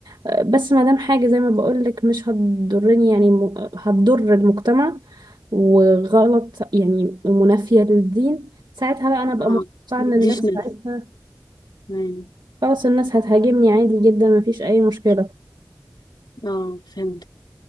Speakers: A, on the right (about 75°); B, on the left (about 80°).
A: آه بس مادام حاجة زي ما بقولك مش هتضرني يعني م- هتضر المجتمع وغلط يعني ومنافية للدين ساعتها بقى انا
B: اه
A: بقى متوقعة
B: مديش
A: ان الناس
B: نفس
A: ساعتها
B: مم.
A: خلاص الناس هتهاجمني عادي جدا مفيش اي مشكلة
B: اه فهمت